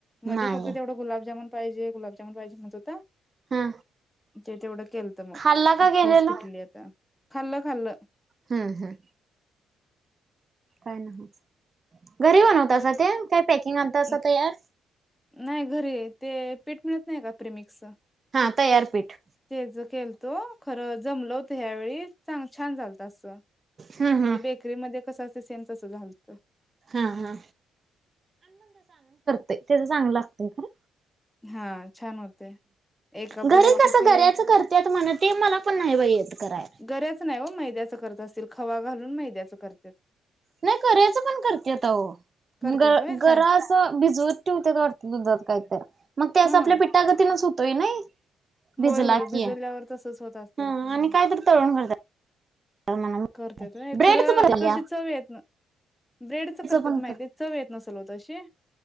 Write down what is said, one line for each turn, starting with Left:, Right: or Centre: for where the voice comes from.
Centre: मध्ये
Right: नाही
Centre: फक्त तेवढं गुलाबजामुन पाहिजे गुलाबजामून पाहिजे म्हणत होता.
Right: हा
Centre: ते तेवढं केलत मग
Right: खाल्ला का गेलेला
Centre: हॉस्पिटल येतान- खालं -खालं.
Right: हुं हुं काय न्हवच घरी बनवतासा ते. काय पॅकिंग आणतासा
Centre: उं
Right: तयार
Centre: नाय घरी आहेते- पीठ मिळत नाही का? प्रिमिक्सच.
Right: हा! तयार पीठ.
Centre: तेज केलत खरं, जमल होत ह्यावेेळी चांग छान चालत असं.
Right: हम्म
Centre: म्हणजे,
Right: हम्म
Centre: बेकरीमध्ये कसं असतय सेम तस झालंत.
Right: हा हा ते, त्याच चांगलं लागतय खर.
Centre: हां छान होतेय एका
Right: घरी
Centre: पुड्यात
Right: कसं
Centre: किती,
Right: गऱ्याच करत्यात म्हण ते मला पण नाही बाई येत करायला.
Centre: गऱ्याच नाही ओ मैद्याच करत असतील. खवा घालून मैद्याच करते.
Right: नाही गऱ्याच पण करत्यात आवो
Centre: करत्यात
Right: ग
Centre: होय
Right: -गरा
Centre: काय
Right: असं भिजवत ठेवत्यात वाटत दुधात काहीतर. मग ते असं
Centre: हा
Right: पिठागतीन हुतोय नाही. भिजला
Centre: होय होय,
Right: की.
Centre: भिजवल्यावर तसच होत असतील
Right: हं
Centre: ह
Right: आणि कायतरी तळून करत्यात म्हणा
Centre: करत्यात व्हय
Right: ब्रेडच
Centre: खरं
Right: पण केल्या
Centre: तशी चव येत ब्रेडच करतात
Right: पण
Centre: माहिती
Right: कर
Centre: चव येत नसल व तशी